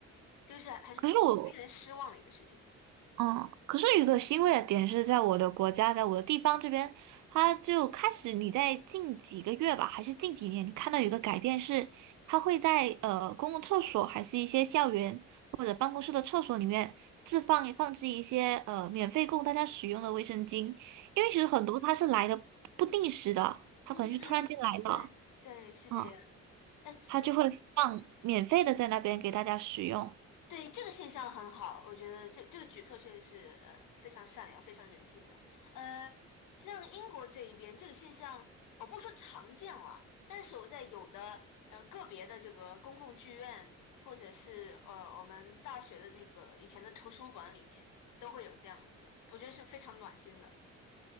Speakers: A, on the left; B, on the right.
A: 这个是还是挺令人失望的一个事情。
B: 可是我。嗯，可是有个欣慰的点是在我的国家，在我的地方这边，它就开始你在近几个月吧，还是近几年，你看到有一个改变是，它会在呃公共厕所，还是一些校园或者办公室的厕所里面置放放置一些呃免费供大家使用的卫生巾，因为其实很多它是来的不定时的，它可能就突然间来了，
A: 嗯嗯，对对，是这样。
B: 啊、
A: 哎，
B: 它就会放免费的在那边给大家使用。
A: 嗯。对，这个现象很好，我觉得这这个举措确实是呃非常善良、非常人性的。呃，像英国这一边这个现象，我不说常见了，但是我在有的呃个别的这个公共剧院，或者是呃我们大学的那个以前的图书馆里面，都会有这样子的，我觉得是非常暖心的。